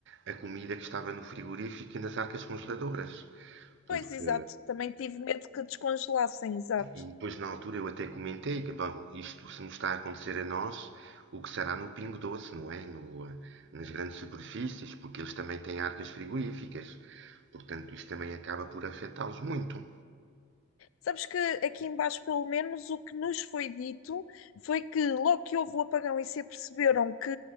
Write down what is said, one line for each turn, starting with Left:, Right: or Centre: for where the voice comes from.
Right: a comida que estava no frigorífico e nas arcas congeladoras. Porque,
Left: Pois, exato. Também tive medo que descongelassem, exato.
Right: e depois na altura eu até comentei que, bom, isto se nos está a acontecer a nós, o que será no Pingo Doce, não é? No, eh, nas grandes superfícies, porque eles também têm arcas frigoríficas. Portanto, isto também acaba por afetá-los muito.
Left: Sabes que aqui embaixo, pelo menos, o que nos foi dito foi que logo que houve o apagão e se aperceberam que